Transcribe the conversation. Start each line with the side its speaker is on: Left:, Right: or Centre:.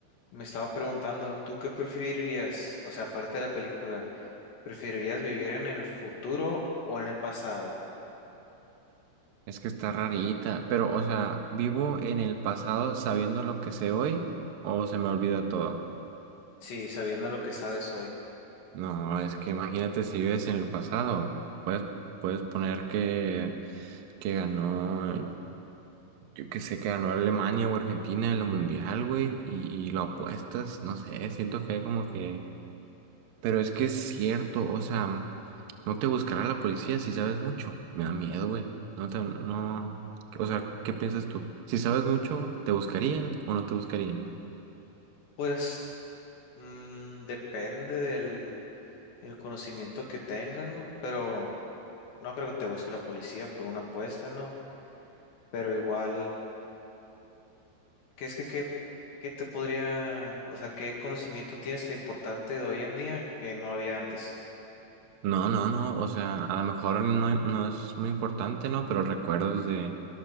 Left: me estaba preguntando, ¿tú qué preferirías? O sea, aparte de la película, ¿preferirías vivir en el futuro o en el pasado?
Right: Es que está rarita, pero, o sea, ¿vivo en el pasado sabiendo lo que sé hoy o se me olvida todo?
Left: Sí, sabiendo lo que sabes hoy.
Right: No, es que imagínate si vives en el pasado. Puedes, puedes poner que, que ganó, yo que sé, que ganó Alemania o Argentina en lo mundial, güey, y, y lo apuestas, no sé, siento que hay como que Pero es que es cierto, o sea, no te buscará la policía si sabes mucho. Me da miedo, güey. No te, no, o sea, ¿qué piensas tú? Si sabes mucho, ¿te buscarían o no te buscarían?
Left: Pues mm, depende del, del conocimiento que tengas, ¿no? Pero no creo que te busque la policía por una apuesta, ¿no? pero igual, ¿qué es que qué, qué te podría, o sea, qué conocimiento tienes tan importante de hoy en día que no había antes?
Right: No, no, no, o sea, a lo mejor no, no es muy importante, ¿no? Pero recuerdos de,